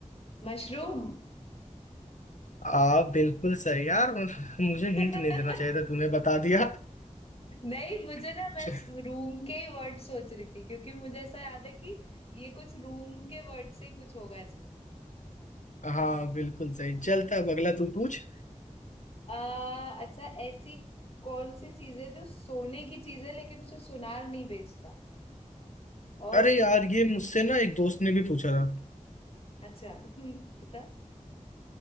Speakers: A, on the left; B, on the left.
A: मशरूम
B: आ बिल्कुल सही यार <laughs> मुझे
A: <laughs>
B: हिंट नहीं देना चाहिए था तूने बता दिया
A: नहीं मुझे ना
B: <laughs>
A: मैं रूम के ही वर्ड सोच रही थी क्योंकि मुझे ऐसा याद है कि ये कुछ रूम के वर्ड से ही कुछ होगा इसमें
B: हाँ बिल्कुल सही चलता अब अगला तू पूछ
A: आ, अच्छा ऐसी कौन सी चीज है जो सोने की चीज है लेकिन उसे सुनार नहीं बेचता और
B: अरे यार ये मुझसे ना एक दोस्त ने भी पूछा था
A: अच्छा <laughs> बता